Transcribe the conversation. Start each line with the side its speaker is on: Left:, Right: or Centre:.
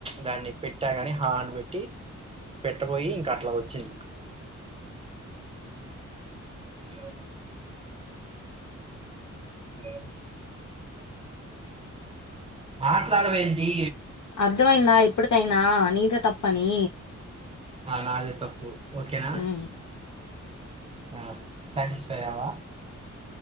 Right: దాన్ని పె పెట్టాగాని హా అని పెట్టి పెట్టబోయి ఇంక అట్లా వచ్చింది మీకు హలో <unintelligible> మాట్లాడవేంది
Left: అర్ధమయిందా ఇప్పటికైనా నీదే తప్పని
Right: ఆ నాదే తప్పు ఓకేనా
Left: ఉమ్
Right: ఆ సాటిస్ఫైయ్యవా